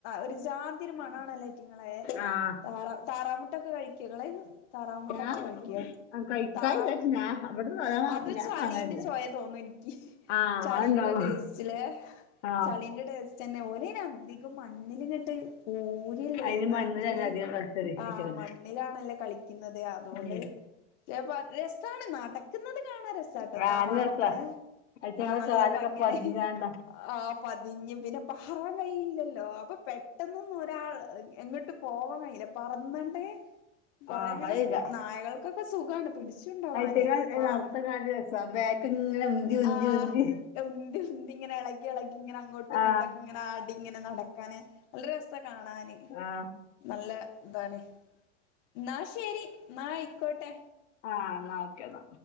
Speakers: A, on the left; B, on the left.
A: ഒരു ജാതിയൊരു മണാണ്ല്ലേ ഈറ്റിങ്ങളെ?
B: ആഹ്
A: താറാ താറാമുട്ടൊക്കെ കഴിക്കൊ ഇങ്ങള്? താറാമുട്ടൊക്കെ
B: ഞാൻ
A: കഴിക്കൊ?
B: ആ കഴിക്കാനില്ല
A: താറാമുട്ട
B: പക്ഷെ ഞാൻ അവിടുന്ന് അതാണ്
A: അത്
B: ഞാൻ
A: ചളീന്റെ
B: വാങ്ങലില്ല
A: ചൊയ തോന്നും എനിക്ക്.
B: ആഹ്
A: ചളീടെ
B: അത്ണ്ടാവും
A: ടേസ്റ്റിലെ
B: ആഹ്
A: ചളീന്റെ ടേസ്റ്റന്നെ. ഓനെനധികം മണ്ണില് ഇങ്ങട്ട് ല്ലെന്നായിട്ട്
B: അയിന് മണ്ണിലല്ലേ അധികം കളിച്ചല് അയിറ്റങ്ങള്
A: ആഹ് മണ്ണിലാണല്ലേ കളിക്ക്ന്നത് അത്കൊണ്ട്
B: ഉം
A: ചെലപ്പോ രസാണ് നടക്ക്ന്നത് കാണാൻ രസ ച്ചട്ട
B: കാലിന്
A: താറാവൊക്കെ
B: രസാ അയിറ്റങ്ങളെ
A: ആഹ് നല്ല
B: കാലൊക്കെ
A: ഭംഗിയാണേ.
B: പതിഞ്ഞാണ്ടാ
A: ആഹ് പതിഞ്ഞ് പിന്നെ പറാൻ കയ്യില്ലല്ലോ അപ്പ പെട്ടെന്നൊന്നും ഒരാള് എങ്ങട്ടും പോവാൻ കയ്യില്ല പറന്നണ്ടേ കൊറേഇങ്ങനെ
B: ആഹ് കളിയില്ല
A: നായകൾക്കൊക്കെ സുഖാണ് പിടിച്ച്ണ്ടാവാന്.
B: ഐറ്റങ്ങൾ
A: പറും
B: നടത്ത കാണി രസം ബാക്ക് ഇങ്ങനെ ഉന്തി ഉന്തി
A: ആഹ്
B: ഉന്തി
A: ഉന്തി ഉന്തി ഇങ്ങനെ എളകി എളകി ഇങ്ങനെ അങ്ങോ പ്പം ഇങ്ങോട്ടൊക്കെ
B: ആ
A: ഇങ്ങനെ ആടിങ്ങനെ നടക്ക ക്കാന് നല്ലരസാ കാണാന്
B: ആ
A: നല്ല ഇതാണ്. ന്നാ ശെരി ന്നാ ആയ്ക്കോട്ടെ.
B: ആഹ് എന്നാ ഓക്കെ ന്നാ.